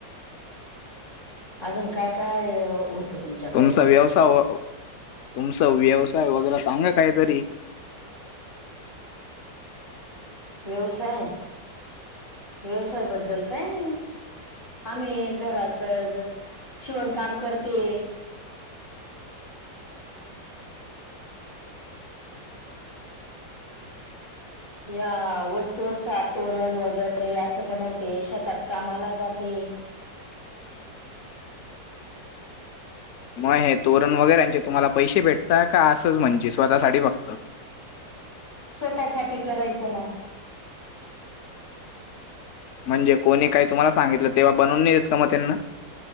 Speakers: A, on the left; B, on the left.
A: अजून काय काय तुमच्याकडे
B: तुमचा व्यवसाय तुमचा व्यवसाय वगैरे सांग काहीतरी
A: व्यवसाय व्यवसायाबद्दल काय नाही आम्ही घरातच शिवणकाम करते या वस्तू असतात तोरण वगैरे असं बनवते शेतात कामाला जाते
B: मग हे तोरण वगैरेचे तुम्हाला पैसे भेटत का असंच म्हणजे स्वतः साडी बघत
A: स्वतः सा करायचं ना
B: <inaudible> म्हणजे कोणी काही तुम्हाला सांगितलं तेव्हा बनवून नाही देत का मग त्यांना